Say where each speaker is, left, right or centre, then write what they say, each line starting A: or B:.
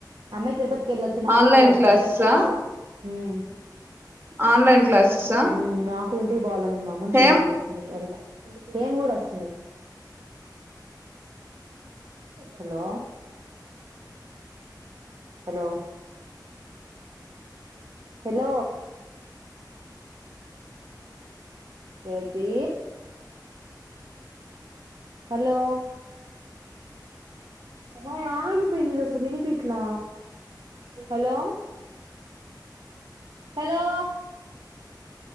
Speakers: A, on the right; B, on the right.
A: అమ్మాయి తిరుపతికి ఎళ్ళొచ్ చ్చినాక
B: ఆన్లైన్
A: మళ వచ్చేస్తామ్
B: క్లాసెసా
A: ఊమ్
B: ఆన్లైన్ క్లాసెసా
A: ఊమ్ నాక్ కుంటికి బోవాలని ఉంది మా అమ్మని చూడాలనిపిస్తుంది
B: ఏం
A: ఎల్త హేమ్ గూడా వస్తుంది హలో హలో హలో వేతీ హలో వాయ్ ఆగిపోయిందిదసలు వినిపిట్లా హలో హలో